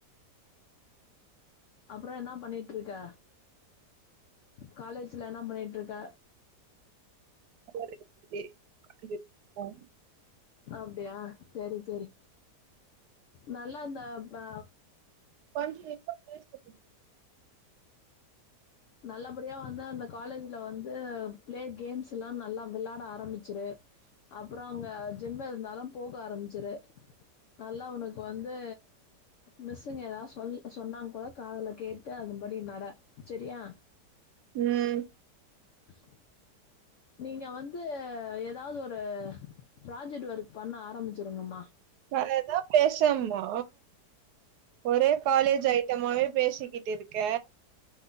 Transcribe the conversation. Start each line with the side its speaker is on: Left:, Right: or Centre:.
Left: அப்புறோ என்ன பண்ணிட்டு இருக்க காலேஜ்ல என்ன பண்ணிட்டு இருக்க
Right: <inaudible>
Left: அப்டியா சரி சரி நல்லா இந்த பா
Right: பஞ்சு <unintelligible>
Left: நல்லபடியா வந்து அந்த காலேஜ்ல வந்து பிளே கேம்ஸ் எல்லா நல்லா விளாட ஆரம்பிச்சுரு அப்புறோ அங்க ஜிம்மு இருந்தாலு போக ஆரம்பிச்சிரு நல்லா உனக்கு வந்து மிஸ்ஸுங்க் ஏதாவது சொல்லி சொன்னா கூட காதல கேட்டு அது படி நட சரியா
Right: ம்.
Left: <inaudible> நீங்க வந்து ஏதாவது ஒரு ப்ராஜெக்ட் ஒர்க் பண்ண ஆரம்பிச்சிருங்கமா
Right: வேற எதா பேசம்மா ஒரே காலேஜ் ஐட்டமாவே பேசிக்கிட்டு இருக்க